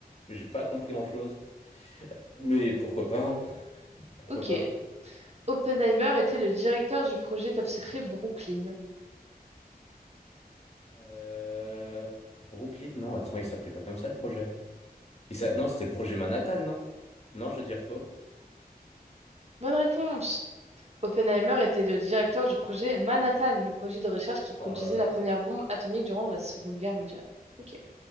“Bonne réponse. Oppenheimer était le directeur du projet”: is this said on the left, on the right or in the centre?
Right